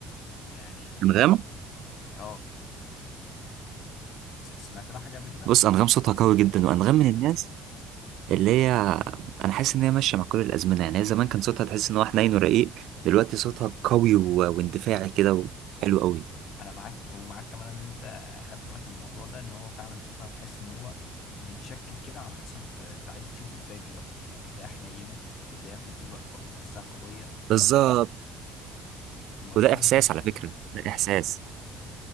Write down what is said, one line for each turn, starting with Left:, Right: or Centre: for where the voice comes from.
Left: ويعني
Right: انغام
Left: اه س- سمعت لها حاجة قبل كده؟
Right: بص أنغام صوتها قوي جدا وأنغام من الناس اللي هي أنا حاسس إن هي ماشية مع كل الأزمنة يعني هي زمان كان صوتها تحس إن هو حنين ورقيق دلوقتي صوتها قوي و... واندفاعي كده وحلو قوي
Left: أنا معاك ومعاك كمان إن أنت خدت بالك من الموضوع ده إن هو فعلا صوتها هتحس إن هو بيتشكل كده على حسب أنت عايز تشوفه إزاي دلوقتي يعني تلاقيها حنينة وتلاقيها في نفس الوقت برضو تحسها قوية
Right: بالظبط
Left: الموضوع
Right: وده
Left: ده
Right: إحساس على فكرة ده إحساس